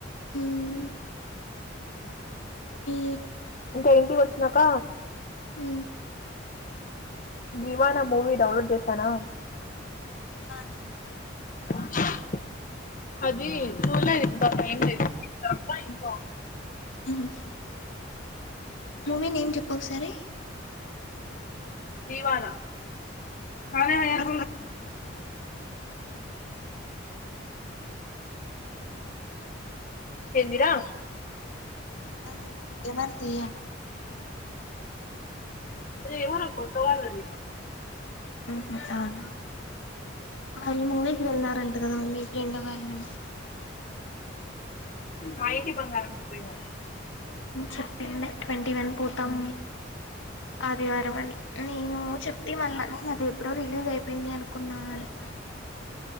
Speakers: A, on the left (about 75°); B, on the left (about 45°).
A: హ్మ్ బీ
B: ఇంకా ఇంటికొచ్చినాక
A: మ్మ్.
B: దివానా మూవీ డౌన్లోడ్ చేసానా
A: దివా నానా
B: <unintelligible> అది చూల్ల ఇంకా టైం లేదు తప్ప ఇంకా
A: మ్మ్ మూవీ నేమ్ చెప్పు ఒకసారి
B: దీవానా ఉ
A: ఎవరిది
B: ఏందిరా
A: అది ఎవరిది
B: ఏమోరా కొత్త వాళ్ళది
A: మ్ హు తన వాళ్ళు మూవీకి వెళ్ళారంట కదా మీ ఫ్రెండ్ వాళ్ళు
B: మా ఇంటి బంగారానికి పోయారు
A: చెప్పిందే ట్వంటీ వన్ పోతాం ఆదివారం అని నేను చెప్తే మళ్ళా నేను అదే ఎప్పుడో రిలీజ్ అయిపోయింది అనుకున్నా అంది